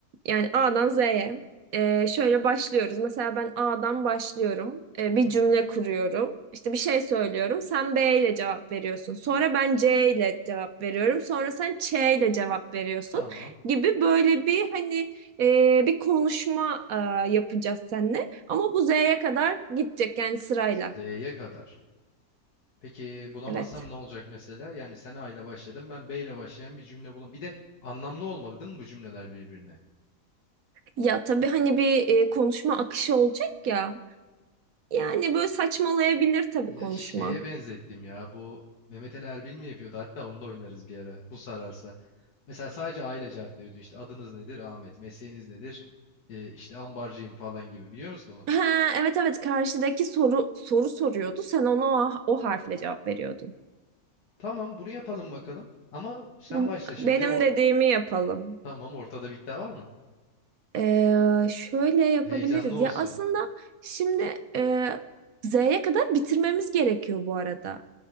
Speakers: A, on the right (about 65°); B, on the left (about 80°).
A: yani A'dan Z'ye ee, şöyle başlıyoruz. Mesela ben A'dan başlıyorum. Ee, bir
B: Hı hı.
A: cümle kuruyorum. İşte bir şey söylüyorum. Sen B ile cevap veriyorsun. Sonra ben C ile cevap veriyorum. Sonra sen Ç ile cevap veriyorsun
B: Tamam.
A: gibi böyle bir hani ee, bir konuşma aa, yapacağız seninle. Ama bu Z'ye kadar gidecek yani sırayla.
B: D'ye kadar. Peki bulamazsam
A: Evet.
B: ne olacak mesela? Yani sen A ile başladın, ben B ile başlayan bir cümle bulam. Bir de anlamlı olmalı değil mi bu cümleler birbirine?
A: Ya tabii hani bir e, konuşma akışı olacak ya. Yani böyle saçmalayabilir tabii
B: Ya
A: konuşma.
B: şeye benzettim ya bu Mehmet Ali Erbil mi yapıyordu? Hatta onu da oynarız bir ara. Bu sararsa. Mesela sadece A ile cevap veriyordun. İşte adınız nedir? Ahmet. Mesleğiniz nedir? Ee, işte ambarcıyım falan gibi. Biliyor musun onu?
A: Ha, evet evet karşıdaki soru soru soruyordu. Sen ona o, o harfle cevap veriyordun.
B: Tamam bunu yapalım bakalım. Ama sen
A: Bu
B: başla şimdi.
A: benim
B: Bir de o...
A: dediğimi yapalım.
B: Tamam ortada bir iddia var mı?
A: Ee, şöyle yapabiliriz.
B: Heyecanlı olsun.
A: Ya aslında şimdi e, Z'ye kadar bitirmemiz gerekiyor bu arada.